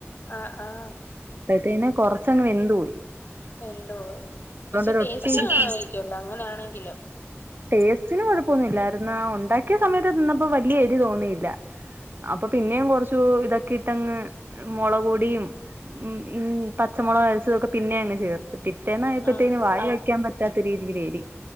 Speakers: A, on the left; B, on the right.
A: ആഹ് ആഹ്
B: അപ്പത്തന്നെ കൊറച്ചങ്ങ് വെന്ത് പോയി
A: എന്തോ പക്ഷെ
B: അതുകൊണ്ട്
A: ടേസ്റ്റ്
B: ഒട്ടി ഇരിക്കും
A: കാണമായിരിക്കല്ലോ അങ്ങനൊണെങ്കിലും
B: ടേസ്റ്റിന് കൊഴപ്പൊന്നുമല്ലായിരുന്നാ ഉണ്ടാക്കിയ സമയത്ത് തിന്നപ്പോ വലിയ എരി തോന്നിയില്ല അപ്പൊ പിന്നേം കൊറച്ചു ഇതൊക്കെ ഇട്ടങ്ങ് മുളകൊടിയും ഉം ഉം പച്ചമുളക് അരച്ചതൊക്കെ പിന്നെ അങ്ങ്ചേർ പിറ്റേന്നായപ്പോഴത്തേക്ക്
A: ആഹ്
B: വായില് വെക്കാൻ പറ്റാത്ത രീതില് എരി